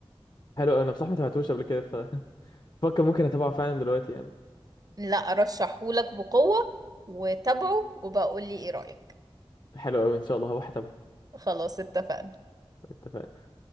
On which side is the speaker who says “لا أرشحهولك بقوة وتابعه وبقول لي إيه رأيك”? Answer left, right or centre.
Right